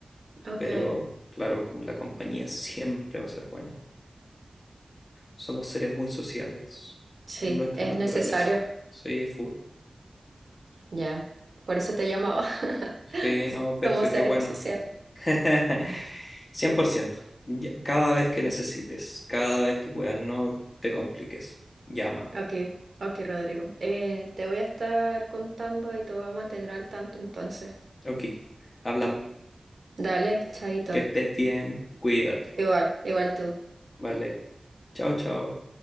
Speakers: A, on the right; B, on the left.
A: Ok,
B: pero claro, la compañía siempre va a ser buena. Somos seres muy sociales
A: sí,
B: en nuestra
A: es
B: naturaleza.
A: necesario,
B: Sí, full.
A: ya. Por eso te llamaba. <laughs>
B: Sí, no, perfecto,
A: Somos seres
B: qué bueno.
A: sociales.
B: <laughs> 100%. Ya- Cada vez que necesites, cada vez que puedas, no te compliques. Llámame.
A: Ok, ok, Rodrigo. Eh, te voy a estar contando y te voy a mantener al tanto entonces.
B: Ok, hablamos.
A: Dale, chaito.
B: Que estés bien, cuídate.
A: Igual, igual tú.
B: Vale. Chao, chao.